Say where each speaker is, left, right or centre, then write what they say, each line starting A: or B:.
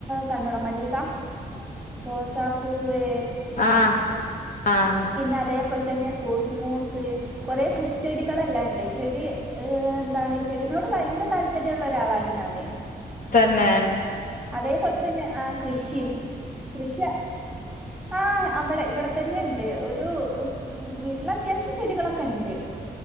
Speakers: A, in the centre; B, on the left (about 55°).
A: കണ്ടോണം മല്ലികാ, റോസാപ്പ് പൂവ്.
B: ആഹ് ആഹ്.
A: പിന്ന അതേപോൽ തന്നെ കോസ് മൂസ്. കൊറേ പുഷ്ച്ചെടികളെല്ലായിണ്ട് ചെടി ഏഹ് എന്താണ് ചെടിനോട് ഭയങ്കര താല് പര്യ ഉള്ള ഒരാളാണ് ഞാന്.
B: തന്നേ.
A: അതേപോൽ തന്നെ ആഹ് കൃഷിയും കൃഷിയ ആഹ് അവിടെ ഇവിടെത്തന്നെയിണ്ട് ഒര് രൂ വീട്ടില് അത്യാവശ്യം ചെടികളൊക്കെ ഉണ്ട്.